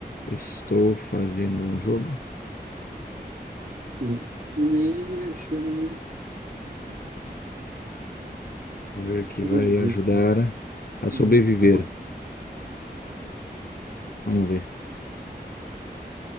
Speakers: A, on the left (about 65°); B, on the right (about 60°).
A: Estou fazendo um jogo,
B: Hum, hum, achamos.
A: vamos ver que
B: Entendi.
A: vai ajudar a sobreviver.
B: Hum, tá
A: Vamos ver.